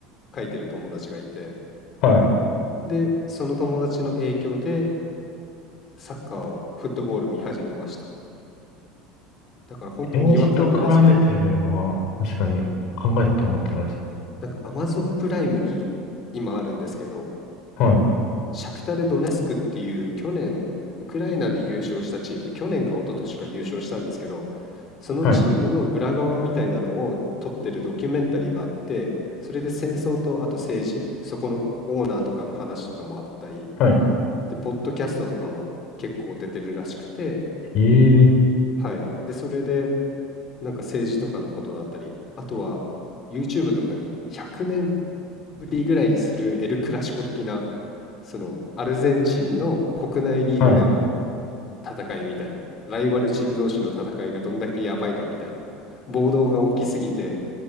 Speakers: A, on the left; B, on the left.
A: 書いてる友達がいて、
B: はい。
A: で、その友達の影響でサッカーを、フットボール見始めました。だから本当にわかなんですけど、
B: 政治と絡めてるのは確かに考えたことなかったです。
A: なんか Amazon プライムに今あるんですけど、
B: はい。
A: シャクタル・ドネスクっていう去年ウクライナで優勝したチーム、去年か一昨年か優勝したんですけど、そのチームの裏側みたいなのを撮ってるドキュメンタリーがあって、
B: はい。
A: それで戦争とあと政治、そこのオーナーとかの話とかもあったり、
B: はい。
A: で、ポッドキャストとかも結構出てるらしくて、
B: ええ
A: はい。で、それでなんか政治とかのことだったり、あとは YouTube とかに100年ぶりぐらいにするエル・クラシコ的な、そのアルゼンチンの国内リーグでの
B: はい。
A: 戦いみたいな、ライバルチーム同士の戦いがどんだけやばいかみたいな、暴動が起きすぎて